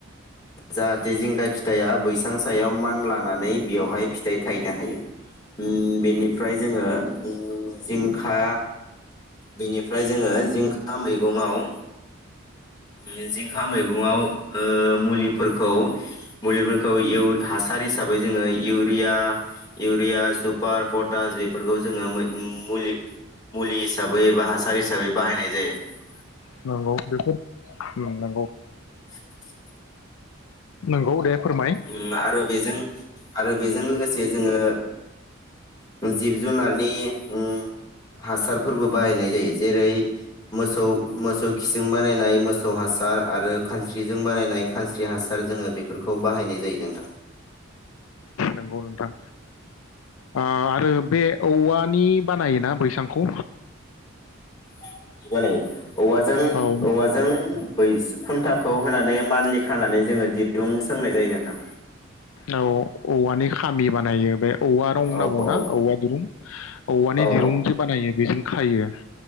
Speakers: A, on the left (about 20°); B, on the left (about 80°).
A: जाहाथे जिंखा फिथाइया बैसां सायाव मान लानानै बेवहाय फिथाइ थायनो हायो उम बेनिफ्राय जोङो उम जिंखा बेनिफ्राय जोङो जिंखा मैगंङाव उम जिंखा मैगङाव ओ मुलिफोरखौ मुलिफोरखौ इउ हासार हिसाबै जोङो इउरिया इउरिया सुपार पटास बेफोरखौ जोङो मै उम मुलि-मुलि हिसाबै एबा हासार हिसाबै बाहायनाय जायो ।
B: नंगौ बेफोर नंगौ
A: <inaudible>
B: नंगौ दे। फोरमाय
A: उम आरो बेजों आरो बेजों लोगोसे जोङो उम जिब जुनारनि उम हासारफोरबो बाहायनाय जायो जेरै मोसौ मोसौ खिसिं बानायनाय मोसौ हासार आरो खानस्रिजों बानायनाय खानस्रि हासार जोङो बेफोरखौ बाहायनाय जायो नोंथां
B: नंगौ नोंथां ओ आरो बे औवानि बानायोना बैसांखौ
A: <unintelligible> बानायो औवाजों-औवाजों
B: औ
A: बै खुन्थाखौ होनानै मान्थलि खानानै जोङो दिरुं सोंनाय जायो नोंथां।
B: औ औवानि खामि बानायो बे औवा रं होनना
A: औ
B: बुङा
A: औ
B: औवा दिरुं औवानि
A: औ
B: दिरुंजों बानायो बेजों खायो